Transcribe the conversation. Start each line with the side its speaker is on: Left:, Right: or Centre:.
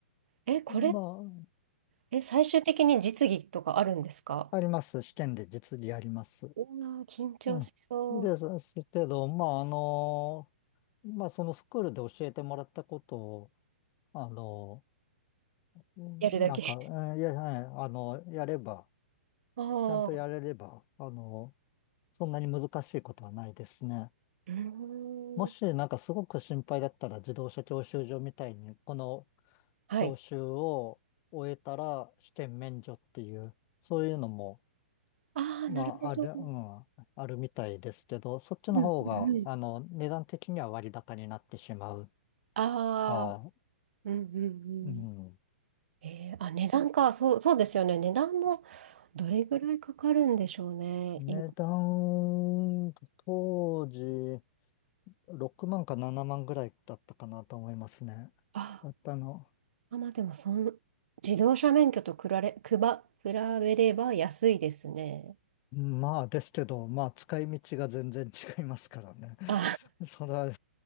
Right: え、これって、
Left: まあ、
Right: え、最終的に実技とかあるんですか
Left: あります。試験で実技あります。
Right: うわー、緊張しそう。
Left: うん。ですけど、まあ、あの、まあ、そのスクールで教えてもらったことを、あの、なんか、
Right: やるだけ。<laughs>
Left: えいや、はいあの、やれば、
Right: ああ、
Left: ちゃんとやれれば、
Right: う
Left: あの、そんなに難しいことはないですね。
Right: ーん。
Left: もしなんかすごく心配だったら自動車教習所みたいにこの
Right: はい。
Left: 教習を終えたら試験免除っていうそういうのも
Right: ああ、
Left: まあある、
Right: なるほど。
Left: うん、
Right: うん
Left: あるみたいですけどそっちの方があの値段的には割高になってしまう
Right: うんうんああ。
Left: か、
Right: うんうんうん。
Left: うん、
Right: えー、あ、値段か。そう、そうですよね。値段もどれぐらいかかるんでしょうね。
Left: 値段当時
Right: 今。
Left: 6万か7万ぐらいだったかなと思いますね。
Right: あ、
Left: かかったの
Right: あまあでもそん、自動車免許と比べ、くば、比べれば安いですね。
Left: まあですけど、まあ使い道が全然違いますからね。
Right: あ、
Left: <laughs> それは <laughs>